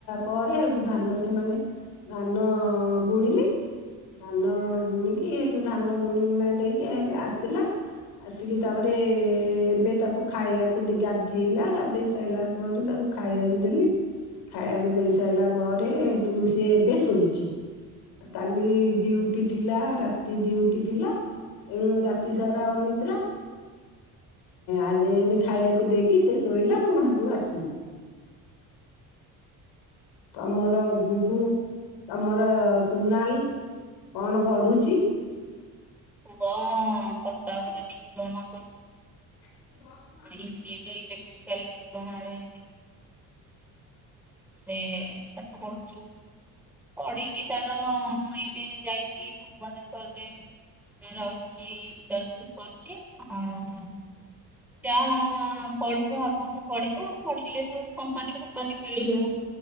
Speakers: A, on the left (about 80°); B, in the centre.
A: ପରେ, ସେଠୁ ଧାନ ସେମାନେ ଧାନ ବୁଣିଲେ। ଧାନ ବୁଣିକି ସେଇଠୁ ଧାନ ବୁଣି ବୁଣାଇ ଦେଇକି ହେଲେ ଆସିଲା ଆସିକି ତାପରେ ଏବେ ତାକୁ ଖାଇବାକୁ ଦେଇ ଗାଧେଇଲା, ଗାଧେଇ ସାରିଲା ପରେ ତାକୁ ଖାଇଆକୁ ଦେଲି ଖାଇବାକୁ ଦେଇ ସାରିଲା ପରେ, ଏଠୁ ସିଏ ଏବେ ଶୋଇଛି। କାଲି ଡ୍ୟୁଟି ଥିଲା, ରାତି ଡ୍ୟୁଟି ଥିଲା। ଏଣୁ ରାତି ସାରା ଅନିଦ୍ରା। ଆଜି ଏଇନେ ଖାଇବାକୁ ଦେଇକି ସେ ଶୋଇଲା, ମୁଁ ହେଠୁ ଆସିଲି। ତମର ବୁବୁ, ତମର କୁନାଲ କଣ ପଢୁଛି?
B: <unintelligible> ଡିପ୍ଲୋମା
A: <unintelligible>
B: ଯିଏ ଯୋଉ ଇଲେକ୍ଟ୍ରି <unintelligible> ସେ ପାଠ ପଢୁଛି। ପଢିକି ତାର ଏଇନେ ଯାଇଛି ଭୁବନେଶ୍ୱରରେ ରହିଛି <unintelligible> କରୁଛି, ଆଉ ଯାହା ପଢିବ ଆଗକୁ ପଢିବ ପଢିଲେ, ଯୋଉ କମ୍ପାନୀ ଫମ୍ପାନୀ ମିଳିବ